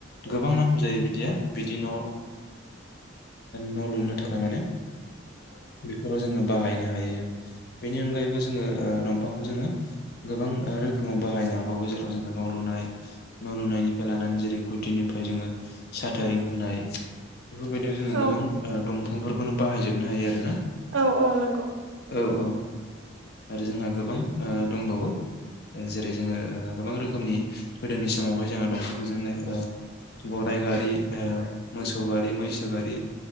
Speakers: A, on the left (about 50°); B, on the right (about 65°).
A: गोबां नांगौ जायो बिदिया बिदि न' न' लुनो थाखाय माने बेफोराव जोङो बाहायनो हायो। बेनि अनगायैबो जोङो ओ दंफांखौ जोङो गोबां रोखोमाव बाहायनो हाबावो जेराव जोङो न' लुनाय न' लुनायनिफ्राय लानानै जेरै गुदिनिफाय जोङो साटारिं होनाय बेफोरबायदियाव जोङो
B: औ
A: गोबां ओ दंफांफोरखौनो बाहायजोबनो हायो आरो ना।
B: औ औ नंगौ।
A: औ औ आरो जोंहा गोबां ओ दंबावो। जेरै जोङो गोबां रोखोमनि गोदोनि समावहाय जोंहा दंफांजोंनो ओ गराइ गारि, ओ मोसौ गारि, मैसो गारि